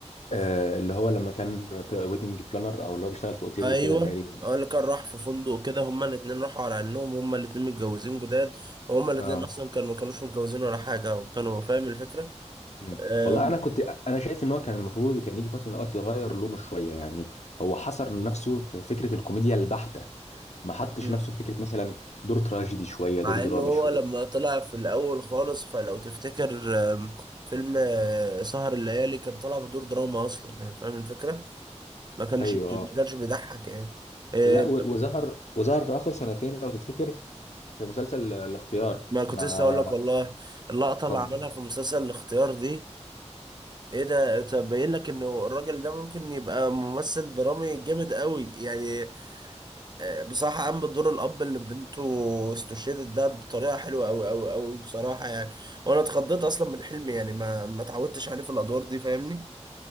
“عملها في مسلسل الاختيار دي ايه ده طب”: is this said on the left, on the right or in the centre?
Right